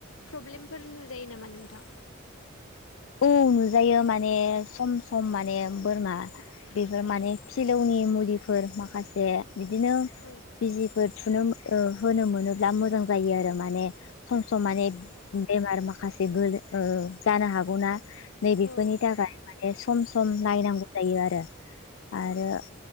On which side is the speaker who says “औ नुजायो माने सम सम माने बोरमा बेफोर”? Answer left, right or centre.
Left